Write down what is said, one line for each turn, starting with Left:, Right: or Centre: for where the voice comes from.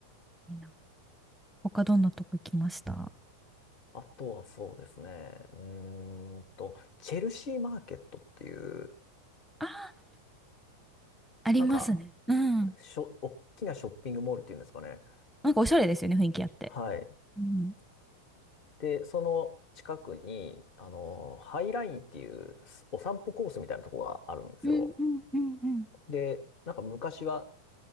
Centre: いいな他どんなとこ行きました
Left: あとはそうですね。うーんと、チェルシーマーケットっていう、
Centre: あー、ありますね。
Left: なんか、
Centre: うん。
Left: しょ、大きなショッピングモールっていうんですかね。
Centre: なんかおしゃれですよね、雰囲気あって。
Left: はい。
Centre: うん、
Left: で、その近くに、あの、ハイラインっていうすお散歩コースみたいなとこがあるんですよ。
Centre: うんうんうんうん
Left: で、なんか昔は